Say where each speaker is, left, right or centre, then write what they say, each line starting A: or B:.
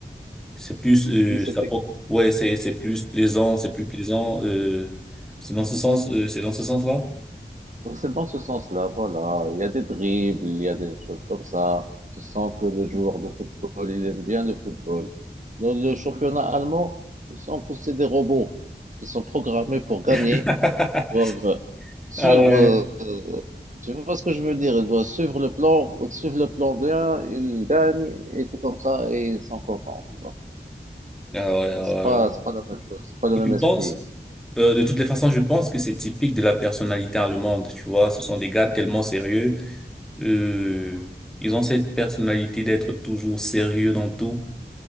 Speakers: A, in the centre; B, on the right.
A: C'est plus, euh,
B: Plus c'est
A: ça, pro- ouais, c'est, c'est plus plaisant, c'est plus plaisant. Euh, c'est dans ce sens, euh, c'est dans ce sens-là.
B: Donc, C'est dans ce sens-là, voilà. Il y a des dribbles, il y a des choses comme ça. Tu sens que le joueur de football, il aime bien le football. Dans le championnat Mhm. allemand, tu sens que c'est des robots qui sont programmés pour gagner.
A: <laughs>
B: Ils doivent suivre,
A: Ah ouais.
B: euh, tu vois ce que je veux dire? Ils doivent suivre le plan, suivre le plan bien, ils gagnent, et c'est comme ça, et ils sont contents, tu vois.
A: Ah ouais, ah
B: C'est pas,
A: ouais.
B: c'est pas la même chose, c'est pas le
A: Je
B: même
A: pense,
B: esprit.
A: euh, de toutes les façons, je pense que c'est typique de la personnalité allemande. Tu vois, ce sont des gars tellement sérieux. Euh, ils ont cette personnalité d'être toujours sérieux dans tout.